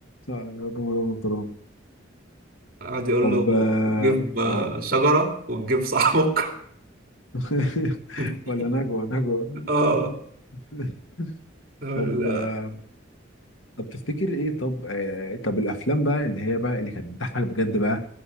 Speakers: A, on the left; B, on the right.
A: آه، قعدوا من غير بنطلون
B: قعد يقول
A: طب
B: له
A: آه
B: جيب آه،
A: آه.
B: شجره وتجيب صاحبك
A: <laughs>
B: <laughs>
A: ولا نجوى نجوى
B: اه
A: <laughs>
B: ال-
A: طب آه، طب تفتكر ايه طب آه، طب الافلام بقى اللي هي بقى اللي كانت بتضحك بجد بقى